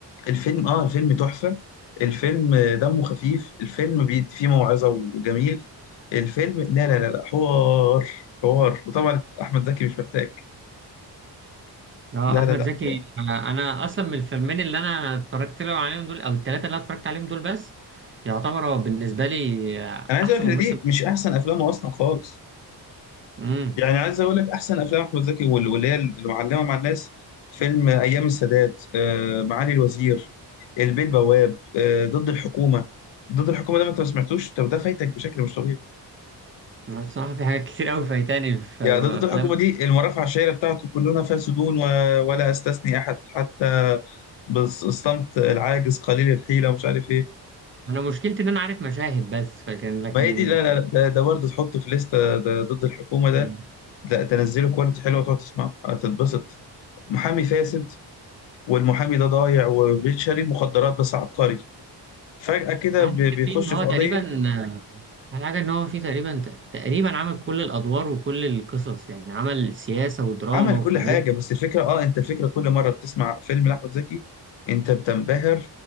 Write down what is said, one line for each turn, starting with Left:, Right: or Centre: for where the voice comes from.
Left: الفيلم اه الفيلم تحفة الفيلم دمه خفيف الفيلم بي- فيه موعظة وجميل الفيلم لا لا لا لا حوار حوار وطبعا احمد زكي مش محتاج
Right: اه
Left: لا
Right: احمد
Left: لا لا
Right: زكي
Left: حوار
Right: آه، انا اصلا من الفيلمين اللي انا اتفرجت له عليهم دول او الثلاثه اللي انا اتفرجت عليهم دول بس يعتبر هو بالنسبه لي آه،
Left: انا عايز
Right: احسن
Left: اقول لك
Right: ممثل
Left: إن دي مش احسن افلامه اصلا خالص
Right: امم
Left: يعني عايز اقول لك احسن افلام احمد زكي وال- واللي هي اللي معلمة مع الناس فيلم ايام السادات آه معالي الوزير البيه البواب آه ضد الحكومة ضد الحكومة ده ما انت ما سمعتوش طب ده فايتك بشكل مش طبيعي
Right: الصراحه في حاجات كتير قوي فايتاني في
Left: يا ده ضد
Right: افلام
Left: الحكومة دي المرافع الشهيرة بتاعته كلنا فاسدون و... ولا أستثني أحد حتى بالصمت العاجز قليل الحيلة ومش عارف إيه
Right: انا مشكلتي ان انا عارف مشاهد بس فكان لكن
Left: ما هي دي لا لا لا، ده ده برضه تحطه في لستة ده ضد الحكومة ده
Right: في...
Left: لا تنزله كواليتي حلوة تقعد تسمعه هتتبسط محامي فاسد والمحامي ده ضايع وبيشتري مخدرات بس عبقري فجأة كده
Right: اهم
Left: بي-
Right: حاجه
Left: بيخش
Right: فيه ان هو
Left: في
Right: تقريبا
Left: قضية
Right: آه، اهم حاجه ان هو فيه تقريبا تقريبا عمل كل الادوار وكل القصص يعني عمل سياسه ودراما
Left: عمل
Right: وكوميديا
Left: كل حاجة بس الفكرة اه انت الفكرة كل مرة بتسمع فيلم لأحمد زكي انت بتنبهر